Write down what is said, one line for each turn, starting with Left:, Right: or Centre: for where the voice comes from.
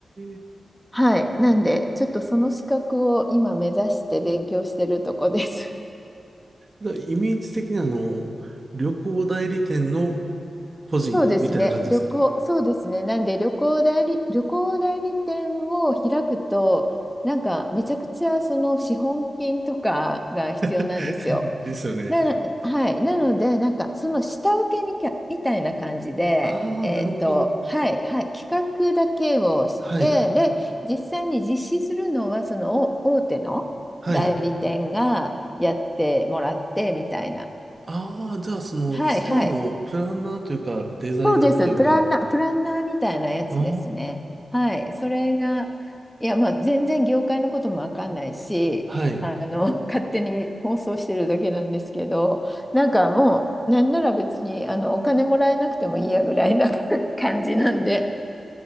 Right: ー、
Centre: はい。なんで、ちょっとその資格を今目指して勉強してるとこです。<laughs>
Right: だからイメージ的にあの、旅行代理店の個人みたいな感じですか
Centre: そうですね。旅行、そうですね。なんで旅行代理、旅行代理店を開くと、なんかめちゃくちゃその資本金とかが必要なんですよ。
Right: <laughs> ですよね。
Centre: な、はい。なので、なんか、その下請けみたいみたいな感じで、
Right: ああ、
Centre: えっと、
Right: なるほど。
Centre: はい、はい、企画だけをして、
Right: はい。
Centre: で、実際に実施するのは、その大大手の代理店がやってもらって、
Right: はい。
Centre: みたいな。
Right: ああ、じゃあそのツアーのプランナーというか、
Centre: はい、はい。
Right: デザイナーというか、
Centre: そうです。プランナー、プランナーみたいなやつですね。
Right: ああ、
Centre: はい。それが、いや、まあ、全然業界のこともわかんないし、
Right: はい。
Centre: あの、<laughs> 勝手に妄想してるだけなんですけど、なんかもう、なんなら別に、あの、お金もらえなくてもいいやぐらいな <laughs> 感じなんで